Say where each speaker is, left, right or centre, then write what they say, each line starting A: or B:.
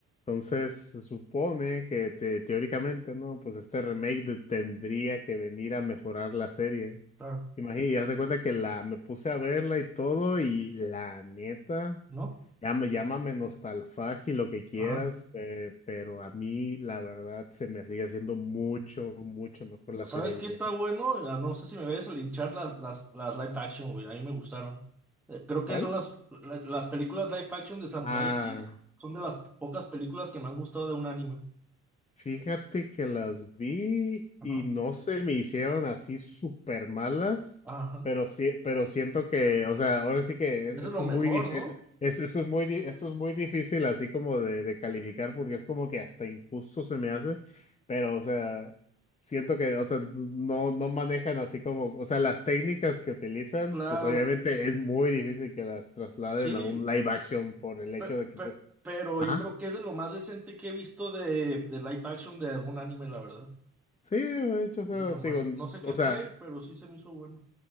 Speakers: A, on the left; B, in the centre.
A: Entonces, se supone que te- teóricamente, ¿no? Pues este remake de- tendría que venir a mejorar la serie.
B: claro.
A: Imagínate, y haz de cuenta que la me puse a verla y todo, y la neta,
B: ¿No?
A: ya me llámame nostalfagia y lo que quieras,
B: Ajá.
A: eh, pero a mí, la verdad, se me sigue haciendo mucho, mucho mejor la
B: ¿Sabes
A: serie
B: qué
A: vieja.
B: está bueno? Ah, No sé si me ves a linchar las, las, las live action, güey. A mí me gustaron. Eh, creo que
A: ¿Cuál?
B: son las, la- las películas live action de Samurai
A: Ah.
B: X. Son de las pocas películas que me han gustado de un anime.
A: Fíjate que las vi
B: Ajá.
A: y no se me hicieron así súper malas,
B: Ajá.
A: pero sí, pero siento que, o sea, ahora sí que es-
B: Eso
A: esto
B: es lo mejor,
A: es muy, dif-
B: ¿no?
A: es- es- esto es muy, di- esto es muy difícil así como de, de calificar porque es como que hasta injusto se me hace, pero o sea, siento que, o sea, no, no manejan así como, o sea, las técnicas que utilizan,
B: Claro.
A: pues obviamente es muy difícil que las trasladen
B: Sí.
A: a un live action por el
B: pe-
A: hecho de que,
B: pe-
A: pues,
B: pero
A: Ajá.
B: yo creo que eso es lo más decente que he visto de, de live action de algún anime, la verdad.
A: Sí, de hecho, o
B: Eso
A: sea,
B: es lo más.
A: te digo,
B: No sé qué
A: o sea,
B: fue, pero sí se me hizo bueno.